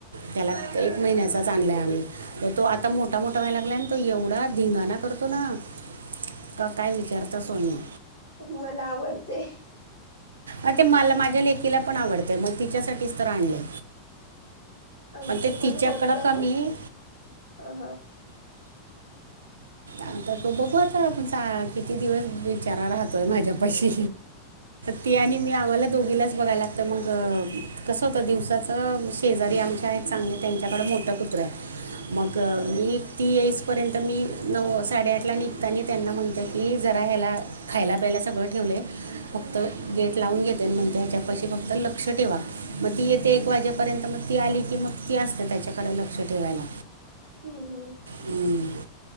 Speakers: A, on the right (about 70°); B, on the left (about 75°).
A: त्याला एक
B: हा
A: महिन्याचाच आणलाय आम्ही, तर तो आता मोठा मोठा व्हाय लागलाय आन तो एवढा धिंगाणा करतो ना? का काय विचारता सोय नाही?
B: मला आवडतय.
A: अ ते मला माझ्या लेकीला पण आवडतय, मग तिच्यासाठीच तर आणलंय?
B: आमचं
A: ते
B: पण
A: तिच्याकडं
B: होत अ.
A: कमी
B: हा.
A: आता तो बघू आता, आपण चा किती दिवस बीचारा राहतोय माझ्यापाशी? ती आणि मी आम्हाला दोघीलाच बघायला लागतं, मग कसं होतं दिवसात च शेजारी आमच्या हायेत चांगले त्यांच्याकडं मोठं कुत्रं हाय? मग
B: हा
A: मी ती येईसपर्यंत मी नऊ साडेआठला निघताना त्यांना म्हणते की, जरा ह्याला खायला प्यायला सगळं ठेवलंय फक्त गेट लावून घेतेल, मग त्याच्यापाशी फक्त लक्ष ठेवा. मग ती येते
B: हम्म
A: एक वाजेपर्यंत मग ती आली की मग ती असते. त्याच्याकडे लक्ष ठेवायला.
B: हू हू.
A: हम्म.